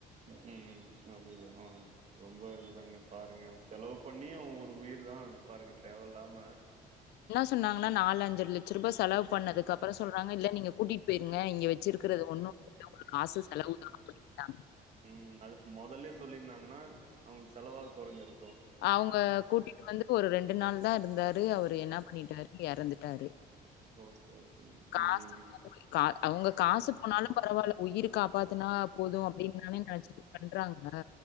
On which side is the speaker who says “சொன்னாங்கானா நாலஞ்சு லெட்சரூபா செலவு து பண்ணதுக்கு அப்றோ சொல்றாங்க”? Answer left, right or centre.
Left